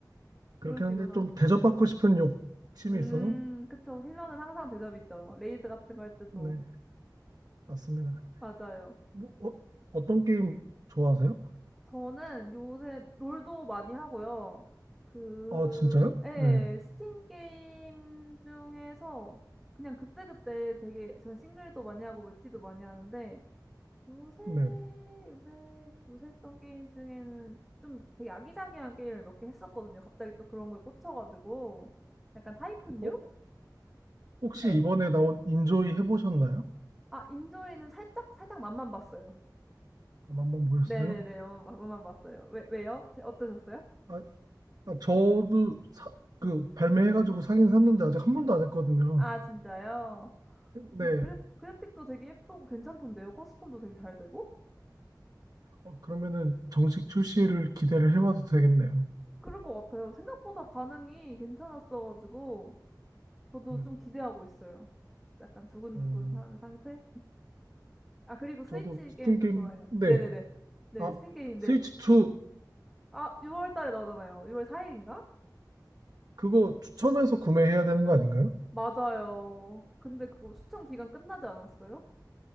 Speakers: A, on the right; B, in the centre.
A: 그렇긴
B: 그러시구나.
A: 한데 좀 대접받고 싶은 욕심이
B: 음,
A: 있어서
B: 그쵸. 힐러는 항상 대접이죠. 레이드 같은 거 할 때도.
A: 네, 맞습니다.
B: 맞아요.
A: 뭐, 어, 어떤 게임 좋아하세요?
B: 저는 요새 롤도 많이 하고요. 그,
A: 아, 진짜요?
B: 예,
A: 네.
B: 스팀 게임 중에서 그냥 그때그때 되게, 전 싱글도 많이 하고 멀티도 많이 하는데, 요새,
A: 네.
B: 요새, 요새 했던 게임 중에는 좀 되게 아기자기한 게임을 몇 개 했었거든요. 갑자기 또 그런 거에 꽂혀가지고. 약간 타이쿤류?
A: 어, 혹시
B: 네.
A: 이번에 나온 인조이 해보셨나요?
B: 아, 인조이는 살짝, 살짝 맛만 봤어요.
A: 아마 한번 보셨어요?
B: 네네네, 맛만, 봤- 맛만 봤어요. 왜, 왜요? 제- 어떠셨어요?
A: 아, 아, 저도 사, 그 발매해가지고 사긴 샀는데 아직 한 번도 안 했거든요.
B: 아, 진짜요? 아무튼
A: 네.
B: 그래, 그래픽도 되게 예쁘고 괜찮던데요. 커스텀도 되게 잘 되고?
A: 어, 그러면은 정식 출시를 기대를 해봐도 되겠네요.
B: 그럴 것 같아요. 생각보다 반응이 괜찮았어가지고, 저도
A: 네.
B: 좀 기대하고 있어요. 약간 두근두근한
A: 어,
B: 상태? 아 그리고 스위치
A: 저도 스팀
B: 게임도
A: 게임,
B: 좋아해요.
A: 네.
B: 네네네. 네.
A: 아,
B: 스팀 게임
A: 스위치
B: 네.
A: 2
B: 아 6월 달에 나오잖아요. 6월 4 일인가?
A: 그거 추첨해서 구매해야 되는 거 아닌가요?
B: 맞아요. 근데 그거 추천 기간 끝나지 않았어요?